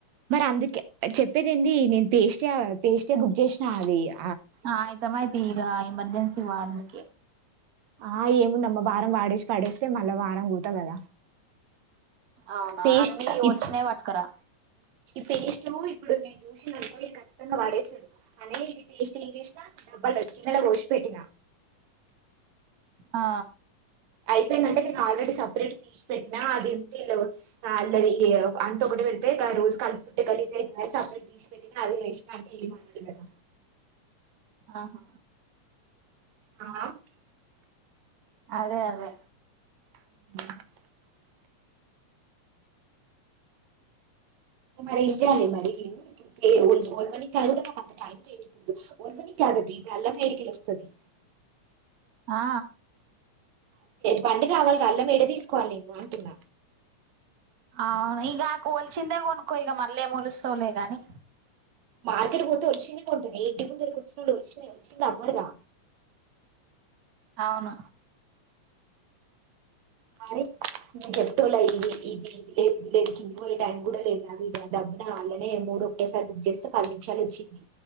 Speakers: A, on the right; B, on the right.
A: మరి అందుకే చెప్పేది ఏంది నేను పేస్టే వేస్తే బుక్ చేసినదిగా
B: ఆ ఆయతమ్మాయితే ఈగ ఎమర్జెన్సీ వార్డుకి
A: ఆ ఏముందమ్మ వారం వాడిసి పడేస్తే మళ్ళా వారం కూతా కదా
B: అవునా
A: పేస్ట్
B: అన్ని
A: ఈ
B: ఒలిచినవి పట్టుకురా
A: పేస్ట్ ఇప్పుడు <unintelligible> వాడేస్తాడు అనే ఇది పేస్ట్ ఏం చేసినా డబ్బలుల గిన్నెల పోసిప పెట్టినా
B: ఆ
A: అయిపోయిందంటే నేను ఆల్రెడీ సపరేట్ తీసి పెట్టినా అదేంటి ఇ అళ్ళ అంత కూడాటిళ్ళ అయితే ఇ రోజు కలిపుట్ట కలిలీజ అవుతుందిన్నారు చప్పలిలు తీసుకెళ్ళిన అదిేసినా అంటే ఏమి అన్నాడు కదా
B: ఆహా
A: ఆ
B: అదే అదే
A: <inaudible> మరి ఏం చేయాలి మరి నేను ఇప్పుడు మనీ కాదు కూడా మాకు అంత టైం లే మ కా <unintelligible>
B: ఆ
A: బండి రావాలి కళ్ళ వేడే తీసుకోవాలిేను అంటున్నా
B: అవును ఇక కోల్చిందే కొనుక్క ఇక మళ్ళీమలుస్తోలే గాని
A: మార్కెట్కి పోతే వచ్చినయి కొంటుంది ఎయింటి ముందు కూరనప్పుడు వచ్చినాయి వచ్చిందిమ్మడుదా
B: అవును
A: మ న చెప్తల ఇది ఇది ఇది లే దలేకి పోయే టైం కూడా లేదు కాదు ఇ దడబ్బన అళ్ళనే మూడు ఒకేసారి బుక్ చేస్తే పది నిమిషాలు వచ్చింది